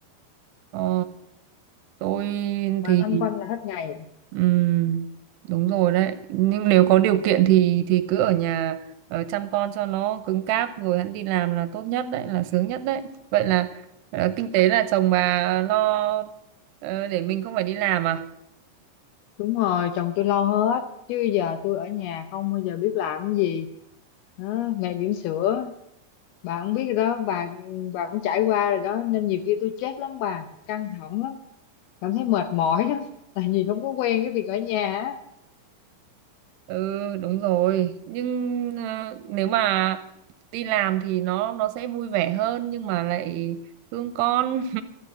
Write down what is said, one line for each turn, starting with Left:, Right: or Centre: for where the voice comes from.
Right: Ồ, tôi
Left: mà
Right: thì
Left: loanh quanh là hết ngày
Right: ừm, đúng rồi đấy. Nhưng nếu có điều kiện thì thì cứ ở nhà ờ, chăm con cho nó cứng cáp rồi hẵng đi làm là tốt nhất đấy, là sướng nhất đấy. Vậy là ờ, kinh tế là chồng bà lo ờ, để mình không phải đi làm à?
Left: đúng rồi chồng tôi lo hết chứ giờ tôi ở nhà không bao giờ biết làm cái gì đó, ngày bỉm sữa bà cũng biết rồi đó bà bà cũng trải qua rồi đó nên nhiều khi tôi stress lắm bà căng thẳng lắm cảm thấy mệt mỏi đó <laughs> tại vì không có quen cái việc ở nhà á
Right: ừ đúng rồi nhưng à, nếu mà đi làm thì nó nó sẽ vui vẻ hơn nhưng mà lại thương con